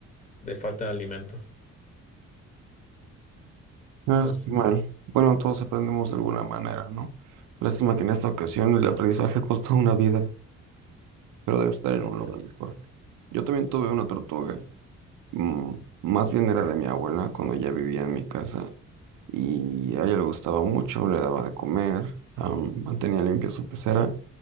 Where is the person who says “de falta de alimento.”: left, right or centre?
Left